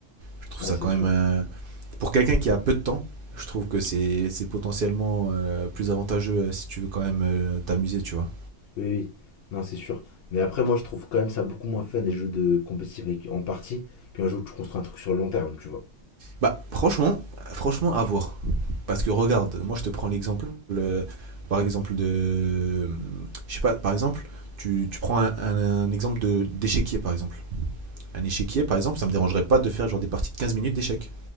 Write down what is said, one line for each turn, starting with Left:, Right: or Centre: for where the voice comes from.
Right: Je trouve
Left: Ah,
Right: ça
Left: c'est
Right: quand
Left: sûr.
Right: même, euh, pour quelqu'un qui a peu de temps, je trouve que c'est c'est potentiellement euh, plus avantageux euh, si tu veux quand même euh, t'amuser, tu vois.
Left: Oui, oui. Non, c'est sûr. Mais après, moi, je trouve quand même ça beaucoup moins fun, les jeux de compétitif avec- en partie, qu'un jeu où tu construis un truc sur le long terme, tu vois.
Right: Bah franchement, franchement à voir. Parce que regarde, moi je te prends l'exemple, euh, par exemple de, je sais pas, par exemple, tu, tu prends un, un- un exemple de d'échiquier par exemple. Un échiquier par exemple, ça me dérangerait pas de faire genre des parties de 15 minutes d'échecs.